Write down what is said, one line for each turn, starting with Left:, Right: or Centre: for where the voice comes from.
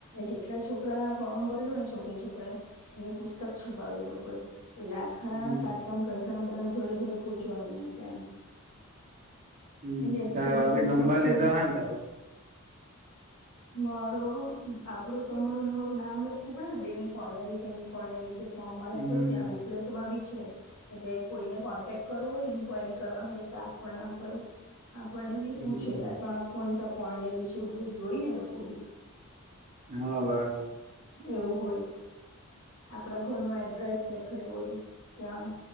Left: જેટલા છોકરા ફોર્મ ભરેલ ને છોકરી છોકરા એની પુસ્તક છપાવ્યું લોકોએ એટલે આખા
Right: હમ
Left: સાત ગામ કંસા બધાને ઘરે ઘરે પહોચવાની કેમ
Right: હમ
Left: એને
Right: તા
Left: ઘરે ઘરે
Right: બી નંબર
Left: પહોંચેને
Right: લીધા હે ને તારો
Left: મારો આપડું તમારું ને મારું નામ લખવું પડે ને બેન પોનેલી કેમ પોનેલી સમ લ
Right: હમ
Left: થું ત્યાં બુકલેેટમાં બી છે એટલે કોઈને કોન્ટેક કરવું હોય ઇન્ક્વાયરી કરવા ખરે તો આપણા પર આપણને બી
Right: હમ
Left: પૂછે કે ફનતા પોર્ણેલી છે એવું બધું જોય ને લોકો બી
Right: હા બરાબર
Left: એવું હોય આપડા ઘરનું એડ્રેસ લખેલું હોય ત્યાં